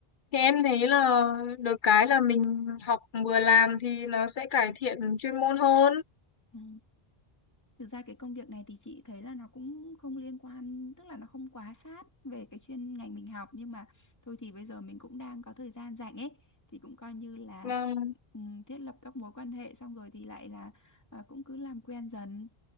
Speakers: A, on the left (about 55°); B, on the left (about 15°).
A: thì em thấy là được cái là mình học vừa làm thì nó sẽ cải thiện chuyên môn hơn
B: Ừ. Thực ra cái công việc này thì chị thấy là nó cũng không liên quan, tức là nó không quá sát về cái chuyên ngành mình học nhưng mà thôi thì bây giờ mình cũng đang có thời gian rảnh ấy thì cũng coi như là
A: vâng
B: ừm, thiết lập các mối quan hệ xong rồi thì lại là ờ, cũng cứ làm quen dần